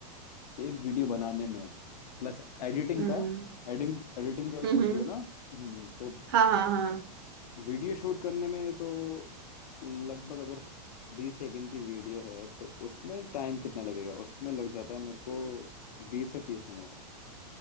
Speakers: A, on the left; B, on the right.
A: एक वीडियो बनाने में प्लस एडिटिंग
B: हम्म
A: का एडिटिंग एडिटिंग का भी
B: हम्म
A: पूछ
B: हम्म।
A: रही हो ना हम्म तो
B: हाँ हाँ हाँ
A: वीडियो शूट करने में तो लगभग अगर बीस सेकंड की वीडियो है तो उसमें टाइम कितना लगेगा उसमें लग जाता है मेरे को बीस से तीस मिनट